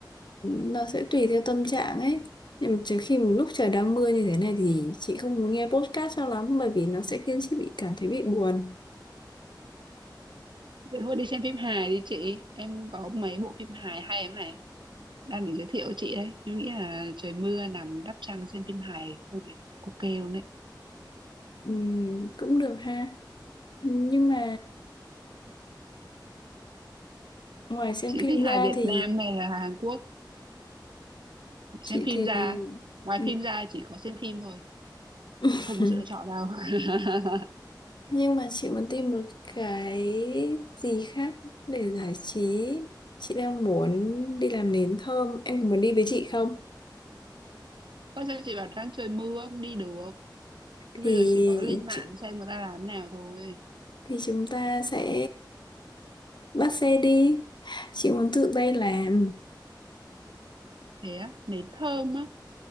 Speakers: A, on the left; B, on the right.
A: nó sẽ tùy theo tâm trạng ấy. Nhưng mà trừ khi mà lúc trời đang mưa như thế này thì chị không muốn nghe podcast cho lắm bởi vì nó sẽ khiến chị bị cảm thấy bị buồn.
B: Thế thôi đi xem phim hài đi chị. Em có mấy bộ phim hài hay lắm này. Đang để giới thiệu chị đấy. Em nghĩ là trời mưa nằm đắp chăn xem phim hài hơi bị ok luôn đấy.
A: Ừm, cũng được ha. Nhưng mà ngoài xem
B: Chị
A: phim
B: thích hài
A: ra
B: Việt
A: thì
B: Nam hay là Hàn Quốc? xem
A: chị
B: phim
A: thì
B: ra ngoài
A: ừ.
B: phim ra chỉ có xem phim thôi
A: <laughs>
B: chị không có sự lựa chọn đâu <laughs>
A: nhưng mà chị muốn tìm một cái gì khác để giải trí chị đang muốn đi làm nến thơm em có muốn đi với chị không
B: có sao chị bảo đang trời mưa không đi được thế
A: thì
B: bây giờ chỉ có lên mạng
A: chị,
B: xem người ta làm nào thôi
A: thì chúng ta sẽ bắt xe đi chị muốn tự tay làm
B: thế á nến thơm á